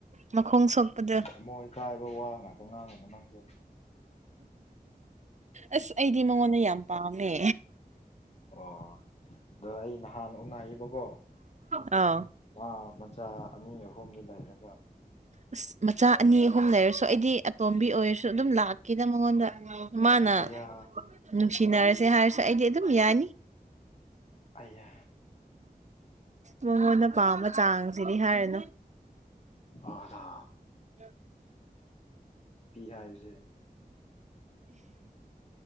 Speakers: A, on the right (about 50°); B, on the left (about 45°).
A: ꯃꯈꯣꯡ ꯁꯣꯛꯄꯗꯨ
B: ꯊꯃꯣꯏ ꯀꯥꯏꯕ ꯋꯥ ꯉꯥꯛꯇ ꯉꯥꯡꯒꯅꯨ ꯅꯪꯖꯨ
A: ꯑꯁ ꯑꯩꯗꯤ ꯃꯉꯣꯟꯗ ꯌꯥꯝ ꯄꯥꯝꯃꯦ
B: ꯑꯣ ꯑꯗꯣ ꯑꯩ ꯅꯍꯥꯟ ꯎꯅꯌꯦꯕꯀꯣ
A: ꯑꯥꯎ
B: <unintelligible> ꯃꯆꯥ ꯑꯅꯤ ꯑꯍꯨꯝꯗꯤ ꯂꯩꯔꯒ
A: ꯏꯁ ꯃꯆꯥ ꯑꯅꯤ
B: ꯂꯩꯔꯝꯃꯦ
A: ꯑꯍꯨꯝ ꯂꯩꯔꯁꯨ ꯑꯩꯗꯤ ꯇꯣꯝꯕꯤ ꯑꯣꯏꯔꯁꯨ ꯑꯗꯨꯝ ꯂꯥꯛꯀꯦꯅ ꯃꯉꯣꯟꯗ ꯃꯥꯅ
B: ꯑꯌꯥ
A: ꯅꯨꯡꯁꯤ__ ꯇꯤꯟꯅꯔꯁꯦ ꯍꯥꯏꯔꯁꯨ ꯑꯩꯗꯤ ꯑꯗꯨꯝ ꯌꯥꯅꯤ
B: ꯑꯌꯥ
A: ꯃꯉꯣꯟꯗ ꯄꯥꯝꯕ ꯆꯥꯡꯁꯤꯗꯤ ꯍꯥꯏꯔꯅꯨ
B: ꯍꯥꯗ
A: <unintelligible> <unintelligible>
B: ꯍꯥꯏꯕꯁꯦ